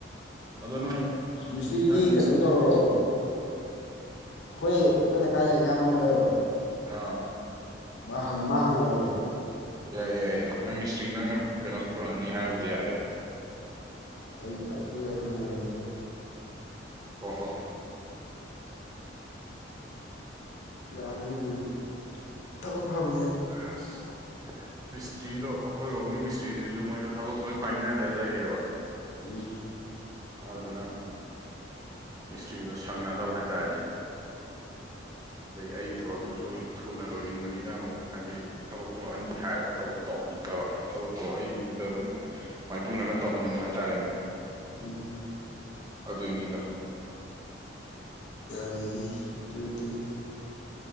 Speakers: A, on the right (about 20°); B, on the left (about 60°).
A: ꯍꯣ ꯑꯗꯣ ꯅꯣꯏ
B: ꯃꯤꯁꯇ꯭ꯔꯤꯗꯤ
A: ꯅꯪ ꯃꯤꯁ
B: ꯀꯩꯅꯣ ꯇꯧꯔꯣ ꯑꯈꯣꯏ ꯑꯩꯈꯣꯏ ꯂꯩꯀꯥꯏꯗ ꯏꯌꯥꯝꯕ ꯑꯃ ꯂꯩꯌꯦꯕ
A: ꯑꯥ
B: ꯃꯥ ꯍꯪ ꯃꯥ ꯍꯪꯅꯔꯒꯦ
A: ꯌꯥꯏꯌꯦ ꯌꯥꯏꯌꯦ ꯌꯥꯏꯌꯦ ꯅꯪ ꯃꯤꯁꯇ꯭ꯔꯤ ꯅꯪꯅ ꯀꯩꯅꯣ ꯄꯨꯔꯛꯑꯅꯤ ꯍꯥꯏꯔꯕꯨꯗꯤ ꯌꯥꯔꯦ
B: ꯑꯩ ꯑꯗꯨꯗ ꯑꯩ ꯍꯪꯅꯔꯒꯦ
A: ꯍꯣ ꯍꯣ
B: ꯌꯥꯔꯛꯀꯅꯤ ꯃꯣꯏꯁꯨ ꯊꯕꯛ ꯐꯕ
A: <unintelligible> ꯃꯤꯁꯇ꯭ꯔꯤꯗꯣ ꯑꯩꯈꯣꯏꯔꯣꯝꯒꯤ ꯃꯤꯁꯇ꯭ꯔꯤꯗꯨꯁꯨ ꯃꯣꯏꯗ ꯊꯕꯛ ꯂꯣꯏ ꯄꯥꯏꯅꯔ ꯂꯩꯔꯦꯕ
B: ꯎꯝ
A: ꯑꯗꯨꯗꯨꯅ ꯃꯤꯁꯇꯔꯤꯗꯣ ꯁꯪꯅꯗꯕ ꯍꯥꯏꯇꯥꯔꯦꯅꯦ ꯗꯩ ꯑꯩꯒꯤ ꯊꯕꯛꯇꯨꯁꯨ ꯊꯨꯅ ꯂꯣꯏꯅꯤꯡꯕꯅꯤꯅ ꯑꯃꯨꯛ ꯍꯥꯏꯗꯤ ꯊꯕꯛꯇꯣ ꯑꯅꯤ ꯍꯥꯏꯔꯒ ꯇꯧꯕꯗ ꯇꯧꯍꯟꯅꯤꯡꯗꯕ ꯊꯕꯛꯇꯣ ꯑꯩꯒꯤꯗꯨꯗ ꯑꯗꯨꯝ ꯃꯥꯏꯄꯨꯅꯅ ꯇꯧꯍꯟꯅꯤꯡꯕ ꯍꯥꯏꯇꯥꯔꯦꯅꯦ
B: ꯎꯝ
A: ꯑꯗꯨꯏꯅꯤꯗ
B: ꯑꯩ ꯑꯗꯨꯗꯤ